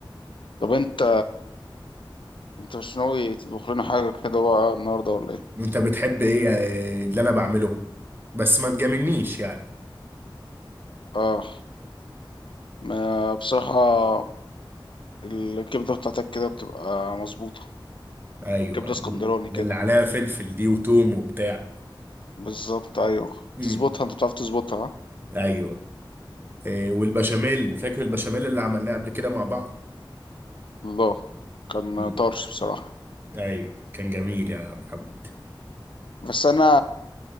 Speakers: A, on the left (about 75°); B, on the right (about 25°).
A: طب انت انت مش ناوي تطبخ لنا حاجة كده بقى النهاردة ولا ايه؟
B: انت بتحب ايه يا- اللي انا بعمله؟ بس ما تجاملنيش يعني.
A: اه ما بصراحة الكبدة بتاعتك كده بتبقى مظبوطة
B: ايوه
A: كبدة اسكندراني كده
B: اللي عليها فلفل دي وتوم وبتاع.
A: بالظبط ايوه
B: مم.
A: تظبطها انت بتعرف تظبطها ها؟
B: ايوه إيه والبشاميل فاكر البشاميل اللي عملناه قبل كده مع بعض
A: الله كان
B: مم.
A: طرش بصراحة
B: ايوه كان جميل يا محمد
A: بس انا